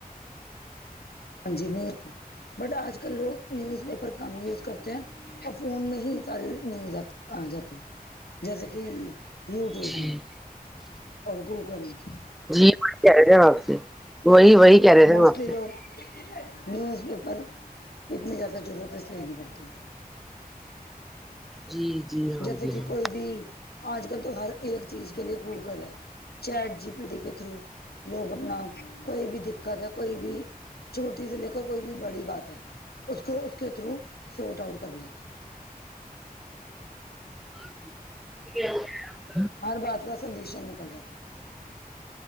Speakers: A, on the left; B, in the centre.
A: جی نہیں ہوتا ہے بٹ آج کل لوگ نیوز پیپر کم یوز کرتے ہیں اور فون میں ہی ساریے نیوز آ آ جاتے ہیں جیسے کہ یوٹیوب
B: جی
A: میں اور گوگل میں
B: جی وہ کہ رہ آپ سے وہی وہی کہہ رہے تھے
A: موسٹلی
B: ہم آپ سے
A: لوگ نیوز پیپر کی اتنی زیادہ ضرورت ہے اس لیےین پڑتی ہے
B: جی جی ہاں
A: جیسے
B: جی
A: کہ
B: ہاں
A: کوئی بھی آج کل تو ہر ایک چیز کے لیے گوگل ہے چیٹ جی پی ڈی کے تھرو لوگ اپنا کوئی بھی دقت ہے کوئی بھی چھوٹی سی لے کر کوئی بھی بڑی بات ہے اس کو اس کے تھرو سوٹ آؤٹ کر لیتے ہیں
B: <unintelligible>
A: ہر بات کا سلوشن نکل جاتا ہے